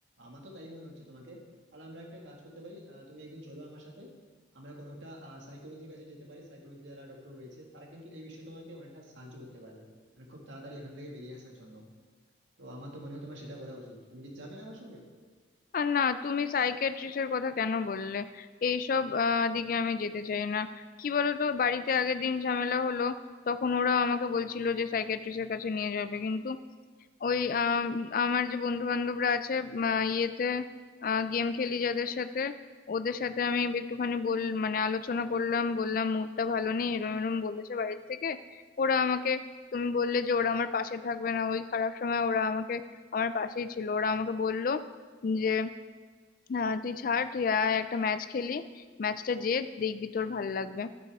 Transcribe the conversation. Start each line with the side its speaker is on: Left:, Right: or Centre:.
Right: আমার তো তাই মনে হচ্ছে তোমাকে তাহলে আমরা একটা কাজ করতে পারি আহ, তুমি একদিন চলো আমার সাথে আমরা কোনো একটা সাইকোলজির কাছে যেতে পারি সাইকোলজি যারা ডক্টর রয়েছে তারা কিন্তু এই বিষয়ে তোমাকে অনেকটা সাহায্য করতে পারবে মানে খুব তাড়াতাড়ি এখান থেকে বেরিয়ে আসার জন্য তো আমার তো মনে হয় তোমার সেটা করা উচিত তুমি কি যাবে আমার সঙ্গে
Left: আর না তুমি সাইকিয়াট্রিস্টের কথা কেন বললে এইসব আহ, দিকে আমি যেতে চাই না কি বলো তো বাড়িতে আগের দিন ঝামেলা হলো তখন ওরা আমাকে বলছিল যে সাইকিয়াট্রিস্টের কাছে নিয়ে যাবে কিন্তু ওই আম, আমার যে বন্ধু বান্ধবরা আছে উম, আহ, ইয়েতে গেম খেলি যাদের সাথে ওদের সাথে আমি একটুখানি বল মানে আলোচনা করলাম বললাম মুডটা ভালো নেই এরম এরম বলেছে বাড়ির থেকে ওরা আমাকে তুমি বললে যে ওরা আমার পাশে থাকবে না ওই খারাপ সময় ওরা আমাকে আমার পাশেই ছিল ওরা আমাকে বললো যে আহ, তুই ছাড় তুই আয় একটা ম্যাচ খেলি ম্যাচটা যে দেখবি তোর ভালো লাগবে